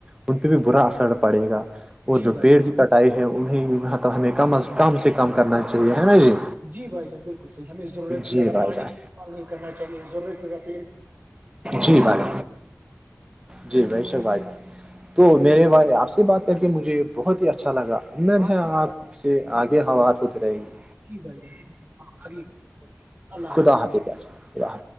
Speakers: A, on the right (about 20°); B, on the right (about 35°).
A: ان پہ بھی برا اثر پڑے گا اور
B: جی
A: جو
B: بھائی
A: پیڑ
B: جان
A: کی کٹائی ہے انہیں ہمیں کم کم سے کم کرنا چاہیے ہے نا جی
B: جی بھائی جان بالکل صحیح ہمیں ضرورت سے
A: جی
B: زیادہ
A: بھائی
B: پانی
A: جان
B: استعمال نہیں کرنا چاہیے ضرورت سے زیادہ پیڑ
A: جی بھائی جی بھائی شک بھائی تو میرے والے آپ سے بات کر کے مجھے بہت ہی اچھا لگا ا ہے
B: سے بھی
A: آپ
B: بات
A: سے
B: بہت زیادہ
A: آگے ہات ہوت رہے گی
B: جی بھائیری اللہ حافظ
A: کدا پ کیا ہے کداح